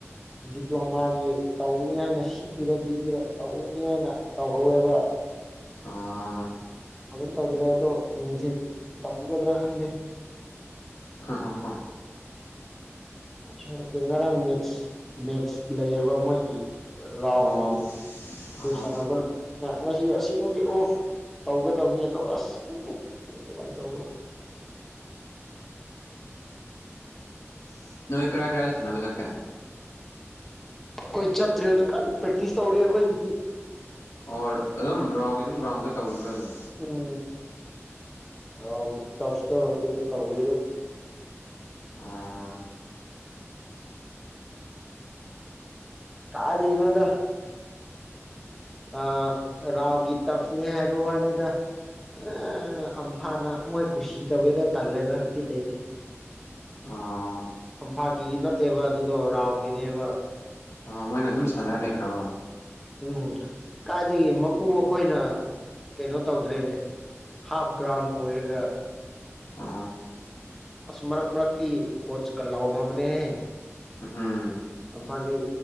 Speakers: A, in the centre; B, on the left.
A: ꯗꯤꯄ꯭ꯂꯣꯃꯥꯒꯤ ꯇꯧꯅꯤ ꯍꯥꯏꯅ ꯁꯤꯒꯤꯔ ꯗꯤꯒꯤꯔ ꯇꯧꯅꯤ ꯍꯥꯏꯅ ꯇꯧꯍꯧꯋꯦꯕ
B: ꯑꯥ
A: ꯑꯗꯨꯝ ꯇꯧꯗ꯭ꯔꯦ ꯑꯗꯣ ꯅꯨꯡꯊꯤꯟ ꯇꯧꯒꯗ꯭ꯔꯥ ꯈꯪꯗꯦ
B: ꯍꯥ ꯍꯥ ꯍꯥ
A: ꯁꯣꯏꯔꯛꯀꯦ ꯉꯔꯥꯡ ꯃꯦꯠꯁ ꯃꯦꯠꯁ ꯂꯩꯌꯦꯕ ꯃꯣꯏꯒꯤ ꯔꯥꯎꯒꯤ
B: ꯑꯣ
A: ꯑꯗꯨ
B: ꯑꯍ
A: ꯁꯥꯟꯅꯕ ꯉꯁꯤ ꯑꯁꯤ ꯈꯛꯗꯤ ꯑꯣꯐ ꯇꯧꯒꯗꯕꯅꯤ ꯑꯗꯣ ꯑꯁ ꯈꯪꯗꯦ ꯃꯣꯏ ꯀꯃꯥꯏꯅ ꯇꯧꯕꯅꯣ <inaudible>
B: ꯅꯣꯏ ꯀꯔꯥꯏ ꯀꯔꯥꯏ ꯁꯥꯅꯕ ꯆꯠꯀꯦ
A: ꯑꯩꯈꯣꯏ ꯆꯠꯇ꯭ꯔꯦ ꯍꯧꯖꯤꯛ ꯀꯟꯅ ꯄ꯭ꯔꯦꯛꯇꯤꯁ ꯇꯧꯔꯤ ꯑꯩꯈꯣꯏꯒꯤꯗꯤ
B: ꯑꯣꯔ ꯑꯗꯨꯝ ꯔꯥꯎꯒꯤ ꯑꯗꯨꯝ ꯒ꯭ꯔꯥꯎꯟꯗ ꯇꯧꯈꯤꯕ꯭ꯔꯥ ꯑꯗꯨꯝ
A: ꯎꯝ ꯔꯥꯎꯒꯤ ꯇꯐꯇ ꯑꯗꯨꯗ ꯇꯧꯔꯤꯔ
B: ꯑꯣ
A: ꯀꯥꯏꯗꯩꯅꯣꯗ ꯑ ꯔꯥꯎꯒꯤ ꯇꯞꯅꯦ ꯍꯥꯏꯕ ꯋꯥꯅꯤꯗ ꯑ ꯑꯝꯐꯥꯅ ꯃꯣꯏ ꯀꯨꯁꯤ ꯇꯧꯋꯦꯗ ꯇꯜꯂꯦꯗ ꯕꯤꯠ ꯂꯩꯇꯦ
B: ꯑꯣ
A: ꯑꯝꯐꯥꯒꯤ ꯅꯠꯇꯦꯕ ꯑꯗꯨꯗꯣ ꯔꯥꯎꯒꯤꯅꯦꯕ
B: ꯑ ꯃꯣꯏꯅ ꯑꯗꯨꯝ ꯁꯥꯟꯅꯔ ꯂꯩꯈ꯭ꯔꯕ
A: ꯎꯝ ꯀꯥꯏꯗꯒꯤ ꯃꯄꯨ ꯑꯩꯈꯣꯏꯅ ꯀꯩꯅꯣ ꯇꯧꯗ꯭ꯔꯦꯅꯦ ꯍꯥꯐ ꯒ꯭ꯔꯥꯎꯟ ꯑꯣꯏꯔꯒ
B: ꯑ
A: ꯑꯁ ꯃꯔꯛ ꯃꯔꯛꯇꯤ ꯀꯣꯆ ꯀ ꯂꯥꯎꯅꯕꯅꯦꯍꯦ
B: ꯎꯝꯍꯨꯝ
A: ꯑꯝꯐꯥꯒꯤ